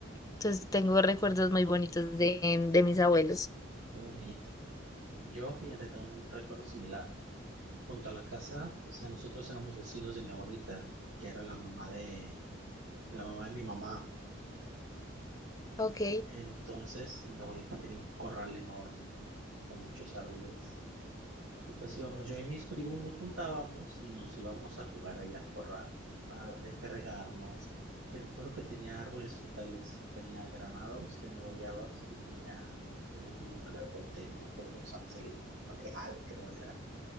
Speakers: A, on the left; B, on the right.
A: Entonces tengo recuerdos muy bonitos de, de mis abuelos.
B: qué bonito, ¿no? Yo, fíjate, tengo un recuerdo similar. Junto a la casa, o sea, nosotros éramos vecinos de mi abuelita, que era la mamá de, la mamá de mi mamá.
A: Ok,
B: Entonces, mi abuelita tenía un corral enorme, con muchos árboles Y pues íbamos, yo y mis primos nos juntábamos y nos íbamos a jugar ahí al corral, a entregarnos. Y recuerdo que tenía árboles frutales, tenía granados, tenía guayabas y tenía como un limón grandote, no me acuerdo cómo se llama ese limón, real creo era.